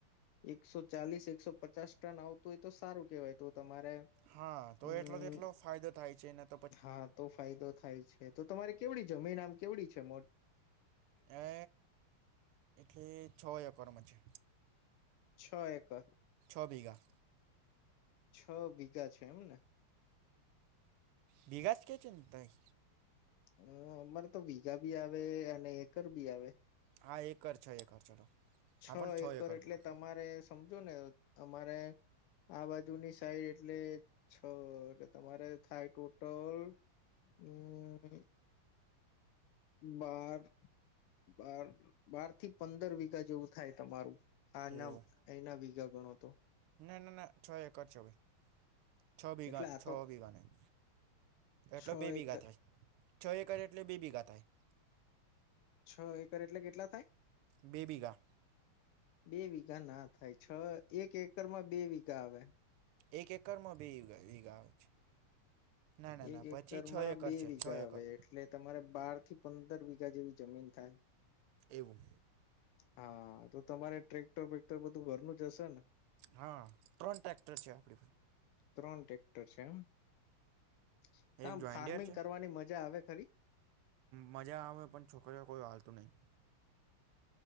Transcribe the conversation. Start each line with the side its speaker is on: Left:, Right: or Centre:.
Left: એકસો ચાલીસ એકસો પચાસ ટન આવ તું એ તો સારું કેવાય તો તમારે
Right: હા, તો
Left: હમ
Right: એટલો તો એટલો ફાયદો થાય છે એના
Left: હા, તો ફાયદો થાય છે તો તમારે કેવડી જમીન આમ કેવડી છે મો
Right: એ એટલે છો એકડ માં છે.
Left: છો એકર.
Right: અ બીગા.
Left: છ બીઘા છે એવું ને.
Right: બીગાસ કે છે તઈ?
Left: હ અમારે તો વીઘા બી આવે અને એકર બી આવે.
Right: હા એકર છે એકર ચલો. હા
Left: છો
Right: પણ છ
Left: એકર એટલે
Right: પકડો
Left: તમારે સમજો ને તમારે આ બાજુની સાઈડ એટલે છો એટલે તમારે થાય ટોટલ હમ્મ બાર બાર બાર થી પંદર વીગા જેવું થાય તમારું આના
Right: એવું
Left: એના વીગા ગણો તો.
Right: ના ના ના છો એકડ છે ભઈ છો ભીગા
Left: એટલે આ
Right: છો
Left: તો
Right: ભીગા નહીં. એટલો
Left: છ
Right: બે ભીગા
Left: એકર
Right: થાય છ એકર એટલે બે ભીગા થાય.
Left: છ એકર એટલે કેટલા થાય
Right: બેબીગા
Left: બે વીઘા ના થાય છ એક એકર માં બે વીઘા આવે
Right: એક એકરમાં બે ગ આવે છે ના ના
Left: એક
Right: ના પછી
Left: એકર
Right: છ
Left: માં
Right: એકર
Left: બે
Right: છે
Left: વીઘા
Right: છ એકર
Left: આવે એટલે તમારે બાર થી પંદર વીઘા જેવી જમીન થાય
Right: એવું
Left: હા તો તમારે ટ્રેક્ટર બેક્ટર બધું ઘરનું જ હશે ને
Right: હા ત્રણ ટક્ટર છે આપડી
Left: ત્રણ ટ્રેક્ટર છે આ
Right: એક
Left: આમ
Right: જોઈન્ડિયર
Left: ફાર્મિંગ
Right: છે
Left: કરવાની મજા આવે સારી
Right: મજા આવે પણ છોકરીઓ કોઈ હલતું નહીિ